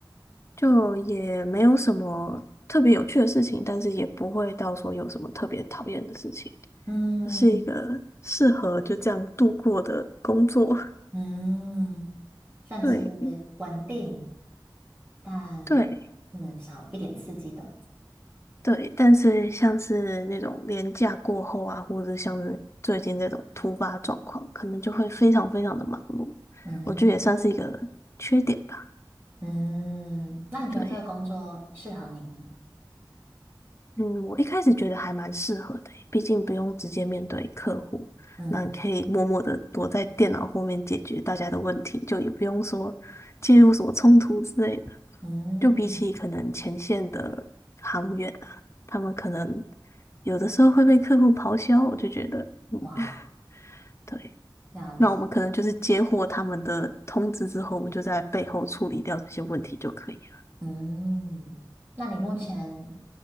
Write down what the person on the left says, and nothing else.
就也没有什么特别有趣的事情，但是也不会到说有什么特别讨厌的事情，
是一个适合就这样度过的工作。<laughs>
对
对对，但是像是那种年假过后啊，或者像是最近这种突发状况，可能就会非常非常的忙碌，
我觉得也算是一个缺点吧。
对。嗯，我一开始觉得还蛮适合的耶毕竟不用直接面对客户，
那你可以默默的躲在电脑后面解决大家的问题，就也不用说介入什么冲突之类的。
就比起可能前线的航员啊，他们可能有的时候会被客户咆哮，我就觉得，嗯，
对，
那我们可能就是接获他们的通知之后，我们就在背后处理掉这些问题就可以了。